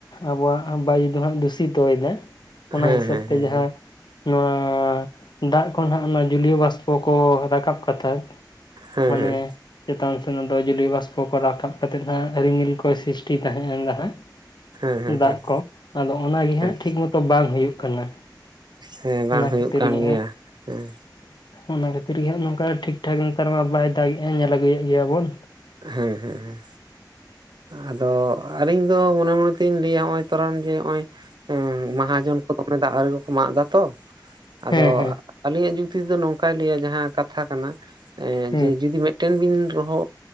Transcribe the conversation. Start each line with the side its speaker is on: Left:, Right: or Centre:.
Left: ᱟᱵᱚᱣᱟᱜ ᱵᱟᱭᱩ ᱫᱚ ᱦᱟᱸᱜ ᱫᱩᱥᱤᱛᱚ ᱭᱮᱫᱟ ᱾ ᱚᱱᱟ
Right: ᱦᱮᱸ
Left: ᱦᱤᱥᱟᱹᱵ
Right: ᱦᱮᱸ
Left: ᱛᱮ
Right: ᱦᱮᱸ
Left: ᱡᱟᱦᱟᱸ ᱱᱚᱣᱟ ᱫᱟᱜ ᱠᱚ ᱦᱟᱸᱜ ᱚᱱᱟ ᱡᱩᱞᱤᱭ ᱵᱟᱥᱯᱚ ᱠᱚ ᱨᱟᱠᱟᱵ ᱠᱟᱛᱮᱫ᱾
Right: ᱦᱮᱸ
Left: ᱢᱟᱱᱮ
Right: ᱦᱮᱸ
Left: ᱪᱮᱛᱟᱱ ᱥᱮᱱ ᱫᱚ ᱡᱩᱞᱤ ᱵᱟᱥᱯᱚ ᱠᱚ ᱨᱟᱠᱟᱵ ᱠᱟᱛᱮᱫ ᱦᱟᱸᱜ ᱨᱤᱢᱤᱞ ᱠᱚᱭ ᱥᱨᱤᱥᱴᱤ ᱛᱟᱦᱮᱸ ᱮᱱ ᱦᱟᱸᱜ᱾
Right: ᱦᱮᱸ ᱦᱮᱸ ᱦᱮᱸ
Left: ᱫᱟᱜ
Right: ᱦᱮᱸ
Left: ᱠᱚ ᱟᱫᱚ ᱚᱱᱟ ᱜᱮ
Right: ᱦᱮᱸ
Left: ᱦᱟᱸᱜ ᱴᱷᱤᱠ ᱢᱚᱛᱚ ᱵᱟᱝ ᱦᱩᱭᱩᱜ ᱠᱟᱱᱟ᱾
Right: ᱦᱮᱸ ᱵᱟᱝ
Left: ᱚᱱᱟ
Right: ᱦᱩᱭᱩᱜ
Left: ᱠᱷᱟᱹᱛᱤᱨ
Right: ᱠᱟᱱ
Left: ᱜᱮ ᱦᱟᱸᱜ
Right: ᱜᱮᱭᱟ ᱦᱩᱸ᱾
Left: ᱚᱱᱟ ᱠᱷᱟᱹᱛᱤᱨ ᱜᱮ ᱦᱟᱸᱜ ᱱᱚᱝᱠᱟ ᱴᱷᱤᱠ ᱴᱷᱟᱠ ᱱᱮᱛᱟᱨ ᱢᱟ ᱵᱟᱭ ᱫᱟᱜᱮᱜᱼᱟ ᱧᱮᱞ ᱟᱹᱜᱩᱭᱮᱫ ᱜᱮᱭᱟ ᱵᱚᱱ᱾
Right: ᱦᱮᱸ ᱦᱮᱸ ᱦᱮᱸ᱾ ᱟᱫᱚ ᱟᱹᱞᱤᱧ ᱫᱚ ᱢᱚᱱᱮ ᱢᱚᱱᱮ ᱛᱤᱧ ᱞᱟᱹᱭᱟ ᱱᱚᱜᱼᱚᱭ ᱛᱚᱨᱟᱢ ᱡᱮ ᱱᱚᱜᱼᱚᱭ ᱦᱚᱸ ᱢᱟᱦᱟᱡᱚᱱ ᱠᱚ ᱫᱚᱢᱮ ᱫᱟᱜ ᱟᱨᱤ ᱠᱚᱠᱚ ᱢᱟᱜ ᱮᱫᱟ ᱛᱚ ᱟᱫᱚ
Left: ᱦᱮᱸ ᱦᱮᱸ
Right: ᱟᱞᱤᱧᱟᱜ ᱡᱩ ᱛᱮᱫᱚ ᱱᱚᱝᱠᱟᱭ ᱞᱟᱹᱭᱟ ᱡᱟᱦᱟᱸ ᱠᱟᱛᱷᱟ ᱠᱟᱱᱟ
Left: ᱦᱮᱸ
Right: ᱡᱮ ᱡᱩᱫᱤ ᱢᱤᱫᱴᱮᱱ ᱵᱤᱱ ᱨᱚᱦᱚ